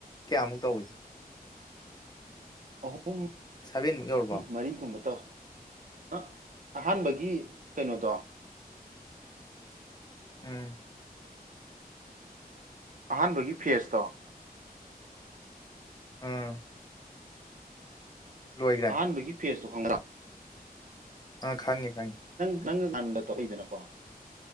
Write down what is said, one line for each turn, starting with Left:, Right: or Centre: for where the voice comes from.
Left: ꯀꯌꯥꯃꯨꯛ ꯇꯧꯏ
Right: ꯄꯨꯡ
Left: ꯁꯚꯦꯟꯃꯨꯛ ꯌꯧꯔꯕꯣ
Right: ꯃꯔꯤꯒꯨꯝꯕ ꯇꯧꯏ ꯑꯥ ꯑꯍꯥꯟꯕꯒꯤ ꯀꯩꯅꯣꯗꯣ
Left: ꯎꯝ
Right: ꯑꯍꯥꯟꯕꯒꯤ ꯐꯦꯁꯇꯣ
Left: ꯎꯝ ꯂꯣꯏꯈ꯭ꯔꯦ
Right: ꯑꯍꯥꯟꯕꯒꯤ ꯐꯦꯁꯇꯣ ꯉꯝꯒꯗ꯭ꯔꯥ
Left: ꯑ ꯈꯪꯉꯦ ꯈꯪꯉꯦ
Right: ꯅꯪꯒ ꯉꯟꯕ ꯇꯥꯛꯏꯗꯅꯀꯣ